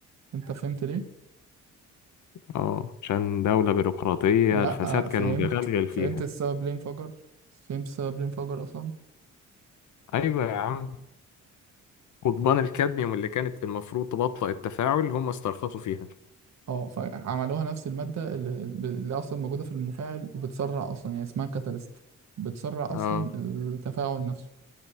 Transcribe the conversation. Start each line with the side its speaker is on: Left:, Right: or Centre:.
Right: أنت فهمت ليه؟
Left: اه عشان دولة بيروقراطية
Right: لا
Left: الفساد كان
Right: فهمت
Left: متغلغل
Right: فهمت
Left: فيها
Right: السبب ليه انفجر فهمت السبب ليه انفجر اصلا
Left: ايوه يا عم قضبان الكادميوم اللي كانت المفروض تبطئ التفاعل هم استرخصوا فيها
Right: اه فعملوها نفس المادة اللي, اللي اصلا موجودة في المفاعل وبتسرع اصلا يعني اسمها كاتاليست بتسرع اصلا
Left: اه
Right: التفاعل نفسه